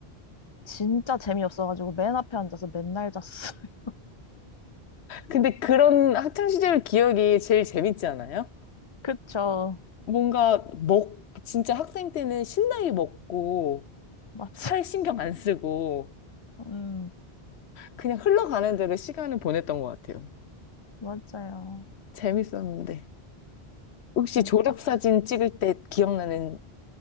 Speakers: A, on the left (about 30°); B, on the left (about 80°).
A: 진짜 재미없어가지고 맨 앞에 앉아서 맨날 잤어요. <laughs>
B: 근데 그런 학창시절 기억이 제일 재밌지 않아요?
A: 그쵸.
B: 뭔가 먹, 진짜 학생 때는 신나게 먹고,
A: 맞죠.
B: 살 신경 안 쓰고,
A: 음,
B: 그냥 흘러가는 대로 시간을 보냈던 것 같아요.
A: 맞아요.
B: 재밌었는데. 혹시
A: 진짜.
B: 졸업사진 찍을 때 기억나는